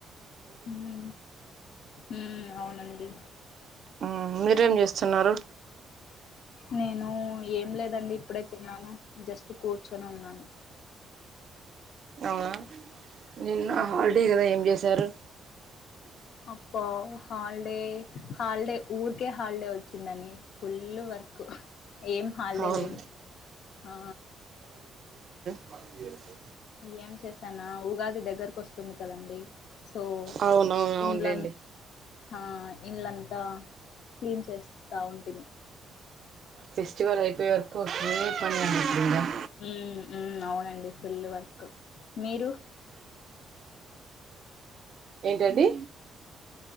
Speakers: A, on the left (about 75°); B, on the right (about 55°).
A: ఉ ఉ అవునండి
B: ఉమ్ మీరేం చేస్తున్నారు
A: నేను ఏం లేదండి ఎప్పుడే తినను జస్ట్ కూర్చొని ఉన్నాను
B: అవునా నిన్న
A: మ్మ్
B: హాలిడే కదా ఏం చేసారు
A: అ అప్ప హాలిడే హాలిడే ఊరికే హాలిడే వచ్చిందని ఫుల్ వర్క్ కు ఏం హాలిడే
B: అవును
A: లేదు ఆ
B: బకీ ఎంత
A: ఏం చేసానా ఉగాది దగ్గరకు వస్త టుంది కదండి సో
B: అవునవును అవునులేండి
A: ఇంట్ల ఆ ఇంలంతా క్లీన్ చేస్తా ఉంటిమి
B: ఫెస్టివల్ అయిపోయవరకు ఒకే పని అనుకుందాం
A: ఉ ఉ అవునండి ఫుల్ వర్క్ మీరు
B: ఏంటండి